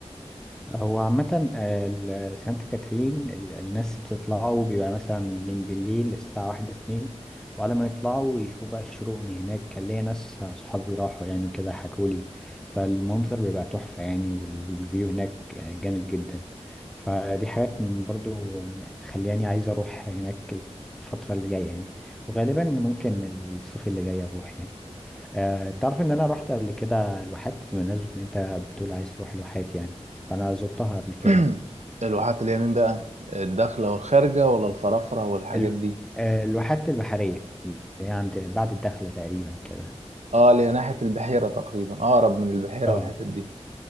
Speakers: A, in the centre; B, on the right.
A: هو عامة آه، ال- سانت كاترين ال- الناس بتطلعوا بيبقى مثلا من بالليل الساعة واحدة اتنين وعلى ما يطلعوا يشوفوا بقى الشروق من هناك كان ليا ناس صحابي راحوا يعني وكده حكولي فالمنظر بيبقى تحفة يعني وال- والفيو هناك جامد جدا فدي حاجات م- برضو مخلياني عايز اروح هناك الفترة اللي جاية يعني وغالبا ممكن ال- الصيف اللي جاي اروح يعني آه، تعرف ان انا رحت قبل كده الواحات بمناسبة ان انت بتقول عايز تروح الواحات يعني فانا زرتها قبل كده
B: <clears throat> الواحات اللي هي مين بقى الداخله والخارجه ولا الفرافره والحاجات
A: ال-
B: دي
A: آه، الواحات البحرية اللي هي عند بعد الدخلة تقريبا كده
B: اه اللي هي ناحيه البحيره تقريبا اقرب من البحيره
A: اه
B: والحتت دي